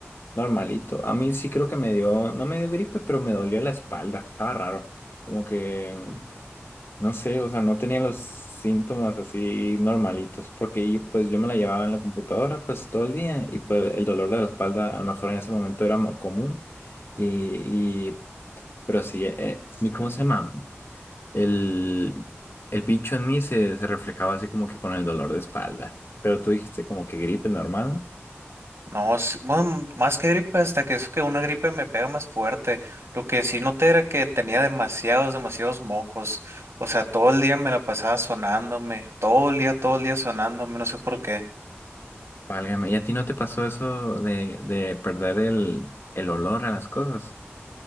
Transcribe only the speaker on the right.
No, s- bueno, más que gripe, hasta que eso que una gripe me pega más fuerte. Lo que sí noté era que tenía demasiados, demasiados mocos. O sea, todo el día me la pasaba sonándome, todo el día, todo el día sonándome, no sé por qué.